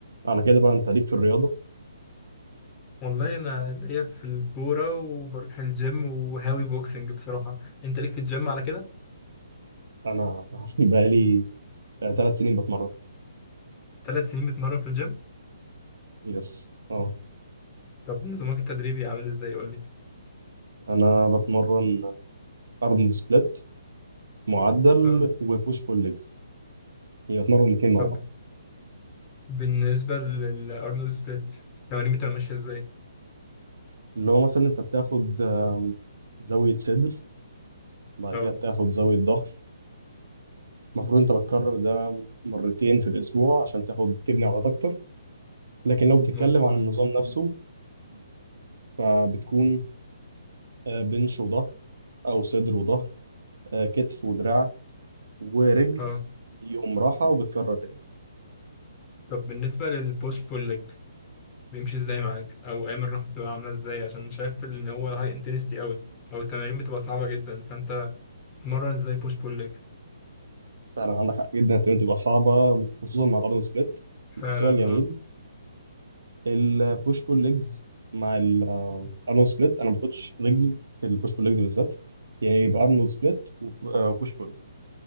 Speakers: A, on the right; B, on the left.
A: على كده بقى انت ليك في الرياضه
B: والله انا ليا في الكوره وبروح الجيم وهاوي بوكسنج بصراحه انت ليك في الجيم على كده
A: انا <laughs> بقى لي ثلاث سنين بتمرن
B: ثلاث سنين بتمرن في الجيم
A: يس اه
B: طب نظامك التدريبي عامل ازاي قول لي
A: انا بتمرن ارنولد سبليت معدل
B: تمام
A: وبوش بول ليجز يعني بتمرن الاثنين مع
B: طب
A: بعض
B: بالنسبه للارنولد سبليت تمارين بتبقى ماشيه ازاي
A: اللي هو مثلا انت بتاخد آم، زاويه صدر بعد
B: اه
A: كده بتاخد زاويه ظهر المفروض انت بتكرر ده مرتين في الاسبوع عشان تاخد تبني عضلات اكتر لكن لو بتتكلم
B: مظبوط
A: عن النظام نفسه فبتكون آه، بنش وظهر او صدر وظهر آه، كتف ودراع ورجل
B: اه
A: يوم راحه وبتكرر تاني
B: طب بالنسبه للبوش بول ليج بيمشي ازاي معاك او ايام الراحه بتبقى عامله ازاي عشان شايف ان هو هاي انتنستي قوي او التمارين بتبقى صعبه جدا فانت تتمرن ازاي بوش بول ليج
A: فعلا عندك حق جدا التمرين تبقى صعبة خصوصا مع الأرنولد سبليت
B: فعلا
A: سؤال جميل
B: اه
A: البوش بول ليجز مع الأرنولد سبليت أنا ما باخدش رجل في البوش بول ليجز بالذات يعني يبقى أرنولد سبليت وبوش بول